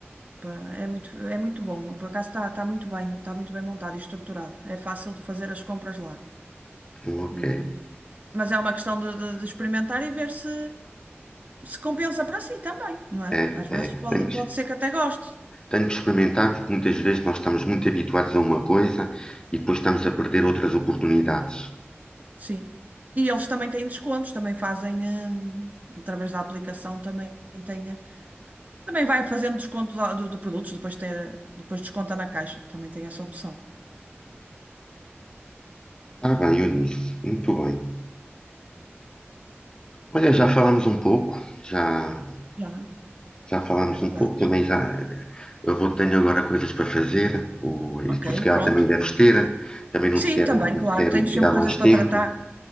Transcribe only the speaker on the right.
pá, é muito, é muito bom. Por acaso está, está muito bem, está muito bem montado e estruturado. É fácil de fazer as compras lá.
E- mas é uma questão de, de- de experimentar e ver se se compensa para si também, não é?
Às vezes
pode,
pode ser que até goste.
Sim. E eles também têm descontos, também fazem, hum, através da aplicação, também tem, eh, também vai fazendo desconto lá de, de produtos, depois, ter, depois desconta na caixa, também tem essa opção.
Já,
é verdade.
Ok,
pronto.
Sim,
também,
claro,
temos
sempre coisas
para
tratar.